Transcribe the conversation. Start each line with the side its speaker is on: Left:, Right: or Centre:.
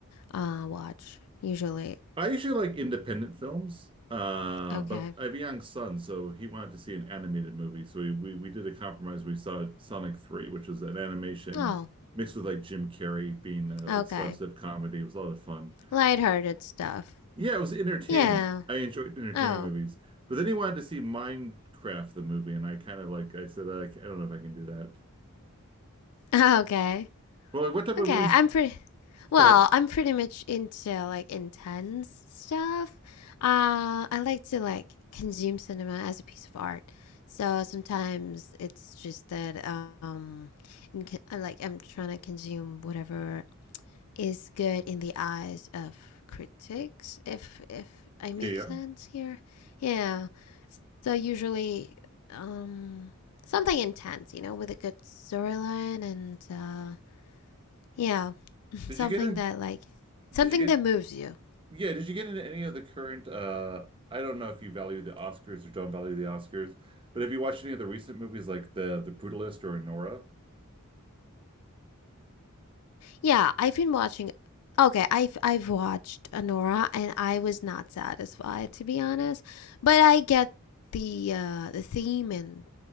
Left: uh watch usually?
Right: I usually like independent films, uh,
Left: Okay.
Right: but I have a young son, so he wanted to see an animated movie. So we, we we did a compromise. We saw Sonic 3, which was an animation
Left: Oh,
Right: mixed with like Jim Carrey being uh,
Left: okay.
Right: like slapstick comedy. It was a lot of fun.
Left: Lighthearted stuff.
Right: Yeah, it was entertaining.
Left: Yeah.
Right: I enjoyed entertaining
Left: Oh.
Right: movies,
Left: <laughs>
Right: but then he wanted to see Minecraft the movie, and I kind of like I said I, I don't know if I can do that.
Left: Okay.
Right: Well, like, what type
Left: Okay.
Right: of movies?
Left: I'm pretty well,
Right: Go ahead.
Left: I'm pretty much into like intense stuff. Uh I like to like consume cinema as a piece of art. So sometimes it's just that um in, like I'm trying to consume whatever is good in the eyes of critics if if I
Right: Yeah,
Left: make
Right: yeah.
Left: sense here. Yeah. So usually, um, something intense, you know, with a good storyline and uh, yeah,
Right: Did
Left: something
Right: you get in?
Left: that like something
Right: Did you get?
Left: that moves you.
Right: Yeah, did you get into any of the current uh I don't know if you value the Oscars or don't value the Oscars, but have you watched any of the recent movies like the The Brutalist or Anora?
Left: Yeah, I've been watching. Okay, I've I've watched Anora, and I was not satisfied to be honest. But I get the uh, the theme, and